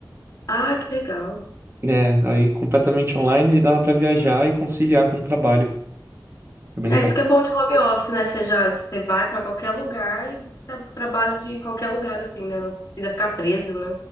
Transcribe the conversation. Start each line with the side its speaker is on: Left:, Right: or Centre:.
Left: Ah, que legal.
Right: É, aí completamente online, aí dava pra viajar e conciliar com o trabalho. Foi bem
Left: É,
Right: legal.
Left: isso que é bom de home office, né? Você já, você vai pra qualquer lugar e tra- trabalha de qualquer lugar, assim, né? Não precisa ficar preso, né?